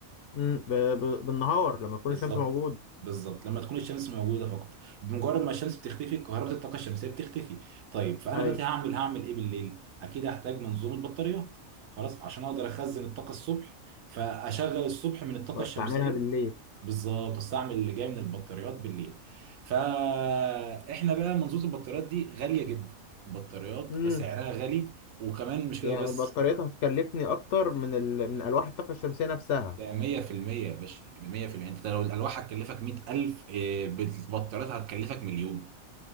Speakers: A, on the left (about 65°); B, on the right (about 75°).
A: مم، ب- ب- بالنهار لما تكون
B: بالظبط
A: الشمس موجوده
B: بالظبط لما تكون الشمس موجودة فقط، بمجرد ما الشمس بتختفي كهرباء الطاقة الشمسية بتختفي، طيب فانا
A: ايوه
B: دلوقتي هعمل هعمل ايه بالليل؟ اكيد هحتاج منظومة بطاريات خلاص عشان اقدر اخزن الطاقة الصبح فاشغل الصبح من الطاقة
A: واستعملها
B: الشمسية
A: بالليل
B: بالظبط استعمل اللي جاي من البطاريات بالليل فاحنا بقى منظومه البطاريات دي غاليه جدا البطاريات
A: امم
B: سعرها غالي وكمان مش كده
A: يعني
B: بس
A: بطاريتها هتكلفني اكتر من ال... من الواح الطاقه الشمسيه نفسها
B: ده 100% يا باشا 100% انت لو الالواح هتكلفك 100000 إيه، بالبطاريات هتكلفك مليون